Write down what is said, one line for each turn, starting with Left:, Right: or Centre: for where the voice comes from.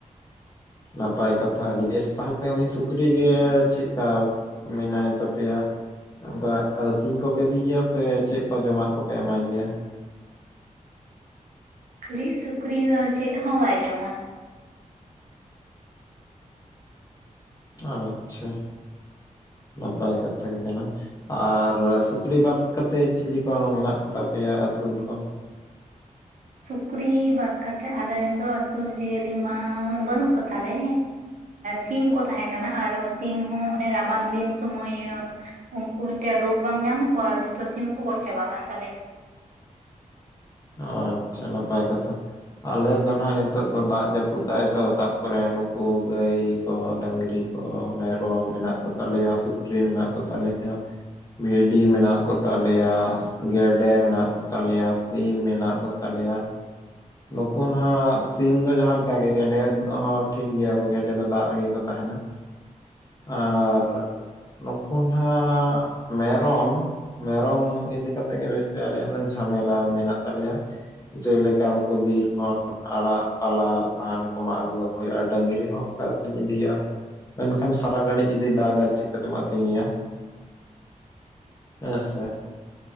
Left: ᱱᱟᱯᱟᱭ ᱠᱟᱛᱷᱟ ᱟᱹᱰᱤ ᱵᱮᱥ, ᱛᱟᱦᱞᱮ ᱩᱱᱤ ᱥᱩᱠᱨᱤᱜᱮ ᱪᱮᱫᱠᱟᱼᱼ ᱢᱮᱱᱟᱭ ᱛᱯᱤᱭᱟ? ᱚᱱᱠᱟ ᱟᱹᱛᱤᱧ ᱠᱚᱯᱮ ᱤᱫᱤᱭᱮᱭᱟ, ᱥᱮ ᱪᱮᱫ ᱠᱚ ᱡᱚᱢᱟᱜ ᱠᱚᱯᱮ ᱮᱢᱟᱭ ᱜᱮᱭᱟ?
Right: ᱟᱞᱮᱭᱤᱡ ᱥᱩᱠᱨᱤ ᱫᱚ ᱪᱮᱫ ᱦᱚᱸ ᱵᱟᱭ ᱡᱚᱢᱟ᱾
Left: ᱟᱪᱪᱷᱟ, ᱱᱟᱯᱟᱭ ᱠᱟᱛᱷᱟ ᱜᱮ ᱠᱟᱱᱟ᱾ ᱟᱨ ᱥᱩᱠᱨᱤ ᱵᱟᱫ ᱠᱟᱛᱮᱮᱫ ᱪᱤᱞᱤ ᱠᱚ ᱢᱮᱱᱟᱜ ᱠᱚᱛᱟ ᱯᱮᱭᱟ ᱟᱹᱥᱩᱞ ᱠᱚ?
Right: ᱥᱩᱠᱨᱤ ᱵᱟᱫ ᱠᱟᱛᱮᱫ ᱟᱞᱮ ᱨᱮᱱ ᱫᱚ ᱟᱹᱥᱩᱞᱼ ᱡᱤᱭᱟᱹᱞᱤ ᱢᱟ ᱵᱟᱹᱱᱩᱜ ᱠᱚᱛᱟᱞᱮ᱾ ᱥᱤᱢ ᱠᱚ ᱛᱟᱦᱮᱸ ᱠᱟᱱᱟ, ᱟᱨᱚ ᱥᱤᱢ ᱦᱚᱸ ᱚᱱᱮ ᱨᱟᱵᱟᱝ ᱫᱤᱱ ᱥᱚᱢᱚᱭᱼᱼ ᱩᱱᱠᱩ ᱢᱤᱫᱴᱮᱡ ᱨᱳᱜᱽ ᱵᱟᱝ ᱧᱟᱢ ᱠᱚᱣᱟ ᱟᱫᱚ ᱡᱷᱚᱛᱚ ᱥᱤᱢ ᱠᱚ ᱜᱚᱡ ᱪᱟᱵᱟᱜ ᱠᱟᱱ ᱛᱟᱞᱮᱭᱟ᱾
Left: ᱟᱪᱪᱷᱟ ᱱᱟᱯᱟᱭ ᱠᱟᱛᱷᱟ᱾ ᱟᱞᱮ ᱫᱚ ᱱᱟᱦᱟᱜ ᱱᱤᱛᱚᱜ ᱫᱚ ᱫᱟᱜ ᱡᱟᱹᱯᱩᱫᱟᱭᱛᱚ, ᱛᱟᱨᱯᱚᱨᱮ ᱱᱩᱠᱩ ᱜᱟᱹᱭ ᱠᱚ ᱰᱟᱹᱝᱨᱤᱼᱼ ᱚ ᱢᱮᱨᱚᱢ ᱢᱮᱱᱟᱜ ᱠᱚᱛᱟᱞᱮᱭᱟ ᱥᱩᱠᱨᱤ ᱢᱮᱱᱟᱜ ᱠᱚᱛᱟᱞᱮᱭᱟ᱾ ᱵᱷᱤᱰᱤ ᱢᱮᱱᱟᱜ ᱠᱚᱛᱟᱞᱮᱭᱟ ᱜᱮᱰᱮ ᱢᱮᱱᱟᱜ ᱠᱚᱛᱟᱞᱮᱭᱟ᱾ ᱥᱤᱢ ᱢᱮᱱᱟᱜ ᱠᱚ ᱛᱟᱞᱮᱭᱟ᱾ ᱱᱩᱠᱩ ᱱᱟᱟᱜ ᱥᱤᱢ ᱫᱚ ᱡᱟᱦᱟᱸᱞᱮᱠᱟ ᱜᱮ ᱜᱮᱰᱮ ᱦᱚᱸ ᱴᱷᱤᱠ ᱜᱮᱮᱭᱟ ᱜᱮᱰᱮ ᱫᱚ ᱫᱟᱜ ᱨᱮᱜᱮ ᱠᱚ ᱛᱟᱦᱮᱱᱟ᱾ ᱟᱨ ᱱᱩᱠᱩ ᱦᱟᱜ ᱢᱮᱨᱚᱢ᱾ ᱢᱮᱨᱚᱢ ᱤᱫᱤ ᱠᱟᱛᱮᱜ ᱜᱮ ᱵᱮᱥᱤ ᱟᱞᱮᱭᱟᱜ ᱫᱚ ᱡᱷᱟᱢᱮᱞᱟ ᱢᱮᱱᱟᱜ ᱛᱟᱞᱮᱭᱟ, ᱡᱮᱞᱮᱠᱟᱼᱼ ᱠᱚᱵᱤᱨ ᱠᱷᱚ᱾ ᱟᱲᱟᱜ ᱯᱟᱞᱟ ᱥᱟᱦᱟᱱ ᱠᱚᱢᱟᱜ ᱟᱹᱜᱩᱣᱟᱠᱚ ᱦᱩᱭᱩᱜᱼᱟ, ᱰᱟᱹᱝᱨᱤ ᱦᱚᱸ ᱚᱱᱠᱟ ᱟᱹᱛᱤᱧ ᱤᱫᱤ ᱦᱩᱭᱩᱜᱼᱟ᱾ ᱢᱮᱱᱠᱷᱟᱱ ᱥᱟᱨᱟ ᱜᱷᱟᱹᱲᱤᱡ ᱡᱩᱫᱤ ᱫᱟᱜᱟ ᱪᱤᱠᱠᱟᱛᱮᱢ ᱟᱹᱛᱤᱧᱮᱭᱟ᱾ ᱦᱮᱸᱥᱮ᱾